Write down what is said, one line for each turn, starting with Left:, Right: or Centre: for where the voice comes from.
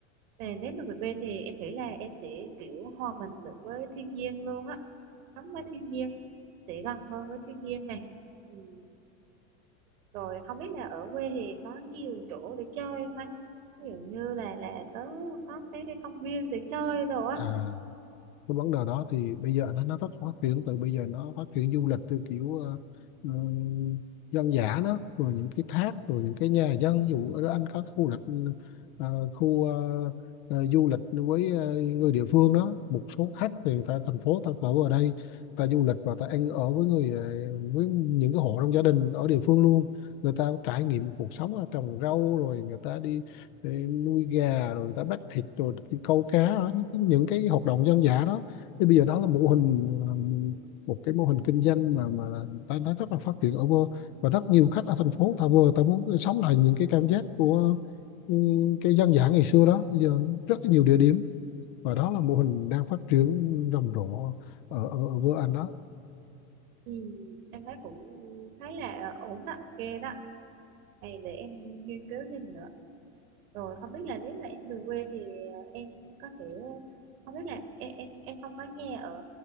Right: và nếu mà về quê thì em nghĩ là em sẽ kiểu hòa mình được với thiên nhiên luôn á sống với thiên nhiên sẽ gần hơn với thiên nhiên này ừ. rồi không biết là ở quê thì có nhiều chỗ để chơi không anh ví dụ như là là tớ có cái, cái công viên để chơi đồ á
Left: à cái vấn đề đó thì bây giờ nó nó rất phát triển từ bây giờ nó phát triển du lịch theo kiểu ờ, ừ, dân dã đó rồi những cái thác rồi những cái nhà dân ví dụ ở đó anh có khu lịch ờ, khu ờ, ờ, du lịch với ờ, người địa phương đó một số khách thì người ta thành phố ta ở ở đây ta du lịch và ta ăn ở với người ờ, với những cái hộ trong gia đình ở địa phương luôn người ta trải nghiệm cuộc sống là trồng rau rồi người ta đi để nuôi gà rồi người ta bắt thịt rồi đi câu cá đó những những cái hoạt động dân dã đó thì bây giờ đó là mô hình ờ, một cái mô hình kinh doanh mà mà ta nó rất là phát triển ở vơ và rất nhiều khách ở thành phố người ta vừa ta muốn sống lại những cái cảm giác của ừ, cái dân dã ngày xưa đó bây giờ rất là nhiều địa điểm và đó là mô hình đang phát triển rầm rộ ở ở, ở vô Anh đó
Right: ừ. em thấy cũng thấy là ổn đó ok đó này để em nghiên cứu thêm nữa Rồi không biết là nếu mà em về quê thì ờ, em có thể ờ, không biết là em em, em không có nghe ở